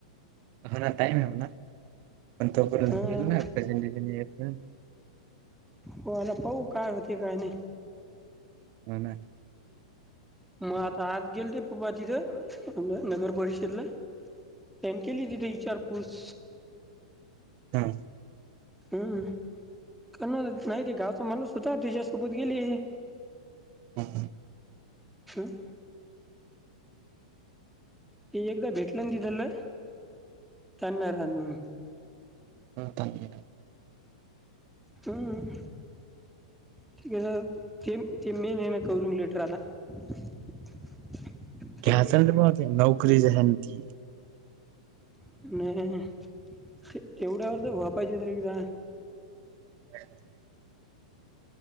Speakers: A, on the right; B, in the centre.
A: होणार टाईमाय म्हणा पण तोपर्यंत
B: हां
A: होईल ना प्रेजेंटेशन येईपर्यंत.
B: हो न पाहु काय होते काय नई.
A: घ्यायच
B: म आता आज गेल्ते पप्पा तिथं आ न नगर परिषदला. त्यांन केली तिथं इचारपुस.
A: हम्म.
B: हम्म कोणालाच माईती गावचा माणूस होता त्याच्यासोबत गेली.
A: हम्म.
B: हम्म. की एकदा भेटलं ना तिथलं चालणार आहे मून.
A: हम्म. <unintelligible>
B: हम्म. <unintelligible> तेम ते मेनेनं कवरींग लेटर आता. <inaudible> ते
A: घ्याचन बो ते नौकरी जन ती.
B: आणि ते तेवढ्यावर तर वापायचे त एकदा.
A: <unintelligible>